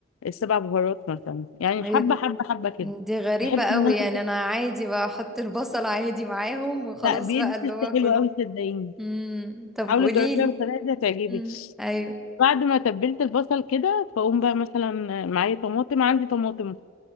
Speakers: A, on the left; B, in the centre.
A: السبع بهارات مثلا يعني
B: إيه،
A: حبه حبه حبه كده
B: دي غريبة
A: بحب
B: قوي
A: ان انا
B: يعني أنا عادي بقى أحط البصل عادي معاهم وخلاص
A: لا بيدي
B: بقى اللي
A: تست
B: هو
A: حلوة
B: كله
A: قوي صدقيني
B: امم طب
A: حاولي
B: قوليلي
A: تجربيها بالطريقة دي هتعجبك
B: امم أيوه
A: بعد ما تبلت البصل كده فاقوم بقى مثلا معايا طماطم عندي طماطم